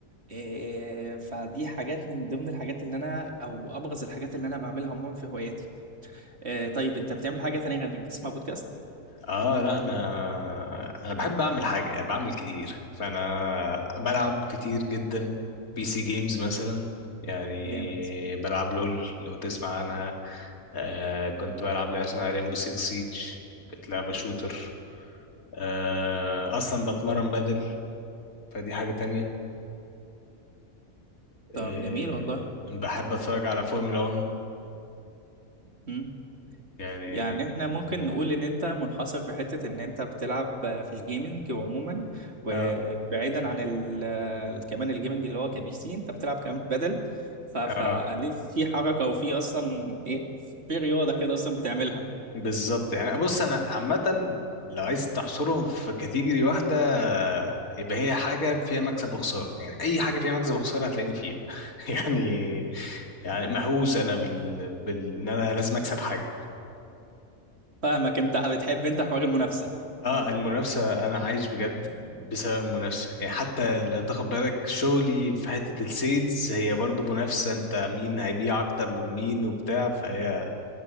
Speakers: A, on the right; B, on the left.
A: آه، فدي حاجات من ضمن الحاجات اللي انا او ابرز الحاجات اللي انا بعملها عموما في هواياتي آه، طيب انت بتعمل حاجه تانية غير انك بتسمع بودكاست
B: اه لا انا انا بحب اعمل حاجه يعني بعمل كتير فانا بلعب كتير جدا بي سي جيمز مثلا يعني
A: جامد
B: بلعب لول لو تسمع عنها آه كنت بلعب لعبه اسمها ريمبو 6 سيج كانت لعبه شوتر آه اصلا بتمرن بدل فدي حاجه تانية
A: طب
B: آه
A: جميل والله
B: بحب اتفرج على فورمولا 1
A: مم.
B: يعني
A: يعني احنا ممكن نقول ان انت منحصر في حتة ان انت بتلعب في الجيمنج عموما وبعيدا
B: اه
A: عن ال كمان الجيمنج اللي هو كبي سي انت بتلعب كمان بدل ف فليه
B: اه
A: في حركة وفي اصلا ايه في رياضة كده اصلا بتعملها
B: بالظبط يعني بص انا عامه لو عايز تحصرهم في كاتيجوري واحده يبقى هي حاجه فيها مكسب وخساره يعني اي حاجه فيها مكسب وخساره هتلاقيني فيها <laughs> يعني يعني مهووس انا بال... بال... ان انا لازم اكسب حاجه
A: فاهمك انت بتحب انت حوار المنافسة
B: اه المنافسه انا عايش بجد بسبب المنافسه يعني حتى لو تاخد بالك شغلي في حته السيلز هي برضو منافسه انت مين هيبيع اكتر من مين وبتاع فهي